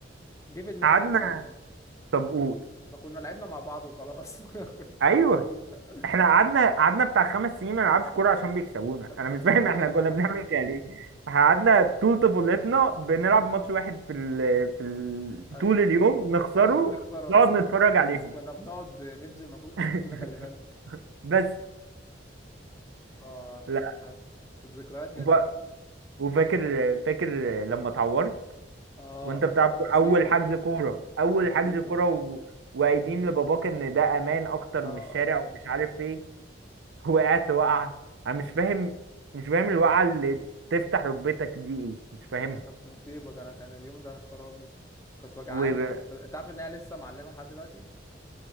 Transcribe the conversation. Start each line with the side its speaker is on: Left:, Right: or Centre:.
Left: جه في دماغي
Right: قعدنا
Left: حاجه تانية
Right: طب قول
Left: ما كنا لعبنا مع بعض وخلاص <laughs>
Right: ايوه
Left: عشان
Right: احنا قعدنا قعدنا بتاع خمس سنين ما نلعبش كوره عشان بيكسبونا
Left: <laughs>
Right: انا مش <laughs> فاهم احنا كنا بنعمل كده ليه قعدنا طول طفولتنا بنلعب ماتش واحد في ال... في ال...
Left: ايوه
Right: طول اليوم نخسره
Left: عشان نخسره
Right: نقعد
Left: بس
Right: نتفرج عليهم
Left: بس كنا بنقعد نبذل مجهود في
Right: <laughs>
Left: الماتش ده خلي بالك
Right: بس
Left: اه
Right: لا
Left: يا كانت ذكريات جميلة
Right: وب... وفاكر فاكر لما اتعورت
Left: اه
Right: وانت بتلعب
Left: كانت
Right: كورة-
Left: مصيبة
Right: اول حجز كوره اول
Left: كانت مصيبة
Right: حجز كوره
Left: اه
Right: و... وقايلين لباباك ان ده امان اكتر
Left: اه
Right: من الشارع ومش
Left: الشارع
Right: عارف ايه وقعت وقعه انا
Left: كانت
Right: مش فاهم مش فاهم الوقعه اللي تفتح ركبتك دي ايه مش فاهمها
Left: كانت كانت مصيبة ده انا كان اليوم ده خرابي كانت وجعاني
Right: وبجد
Left: انت عارف ان هي لسه معلمة لحد دلوقتي